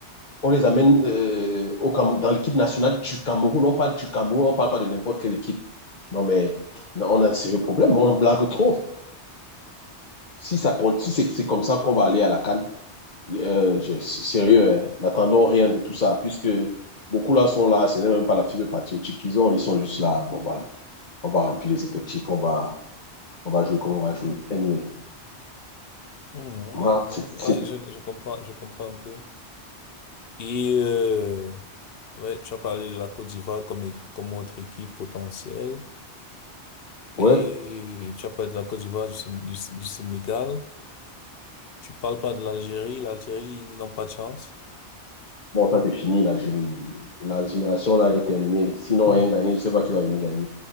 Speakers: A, on the left (about 45°); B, on the left (about 60°).
A: on les amène euh, au Cam- dans l'équipe nationale du Cameroun. On parle du Cameroun, on ne parle pas de n'importe quelle équipe. Non, mais on a un sérieux problème, on en blague trop. Si ça continue, c'est, c'est comme ça qu'on va aller à la CAN, Euh, je, sérieux, hein, n'attendons rien de tout ça, puisque beaucoup là sont là, ce n'est même pas la fibre patriotique qu'ils ont, ils sont juste là. Bon, voilà, on va remplir les effectifs, on va, on va jouer comme on va jouer. Anyway,
B: Mhm,
A: voilà, c'est,
B: mhm.
A: c'est-
B: Ouais, je, je comprends, je comprends un peu. Et euh, ouais, tu as parlé de la Côte d'Ivoire comme é- comme autre équipe potentielle. Et
A: ouais.
B: tu as parlé de la Côte d'Ivoire, du, Sén- du, Sén- du Sénégal. Tu parles pas de l'Algérie. L'Algérie, ils n'ont pas de chance.
A: Bon, ça c'est fini, l'Algérie. La génération là est terminée. Sinon, rien gagné, je ne sais pas qui va venir gagner.